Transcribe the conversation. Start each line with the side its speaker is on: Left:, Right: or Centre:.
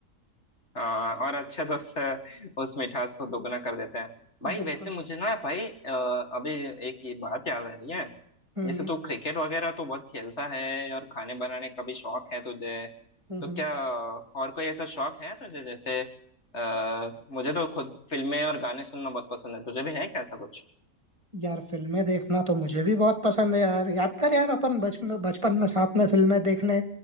Left: हाँ और अच्छे दोस्त <laughs> अ, उस मिठास को दोगुना कर देते हैं भाई
Right: बिल्कुल
Left: वैसे मुझे
Right: सही
Left: ना भाई अ, अभी एक ये बात याद आ रही है
Right: हम्म
Left: जैसे तू क्रिकेट वगैरह तो बहुत खेलता है और खाने बनाने का भी शौक है तुझे
Right: हम्म
Left: तो
Right: हम्म।
Left: क्या और कोई ऐसा शौक है तुझे जैसे आ, मुझे तो खुद फिल्में और गाने सुनना बहुत पसंद है तुझे भी है क्या ऐसा कुछ
Right: यार फिल्में देखना तो मुझे भी बहुत पसंद है यार याद कर यार अपन बचपन बचपन में साथ में फिल्में देखने